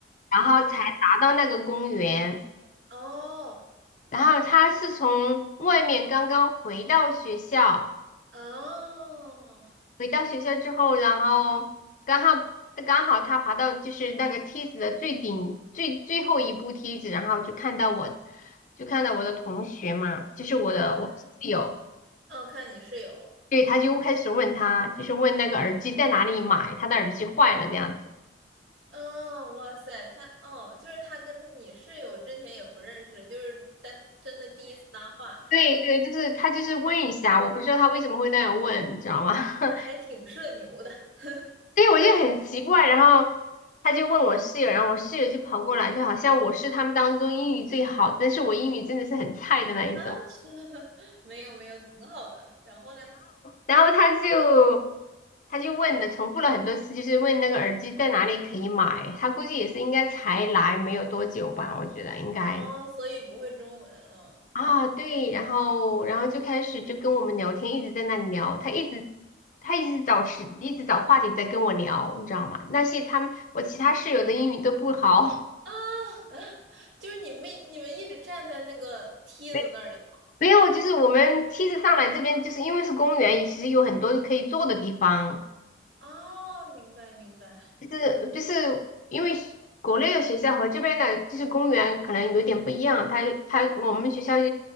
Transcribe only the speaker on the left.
然后才达到那个公园。
然后他是从外面刚刚回到学校。
回到学校之后，然后刚好刚好他爬到就是那个梯子的最顶最最后一步梯子，然后就看到我，就看到我的同学嘛，就是我的我室友，
对，他就开始问他，就是问那个耳机在哪里买，他的耳机坏了这样子。
对对，就是他就是问一下，我不知道他为什么会那样问，你知道吗？<laughs>
对，我就很奇怪，然后他就问我室友，然后我室友就跑过来，就好像我是他们当中英语最好，但是我英语真的是很菜的那一种。
然后他就他就问了，重复了很多次，就是问那个耳机在哪里可以买。他估计也是应该才来没有多久吧，我觉得应该
啊，对。然后然后就开始就跟我们聊天，一直在那里聊，他一直他一直找时，一直找话题在跟我聊，你知道吗？那些他们我其他室友的英语都不好。
<laughs> 没没有，就是我们梯子上来这边，就是因为是公园，其实有很多可以坐的地方。
就是就是因为学国内的学校和这边的就是公园可能有点不一样，他他我们学校就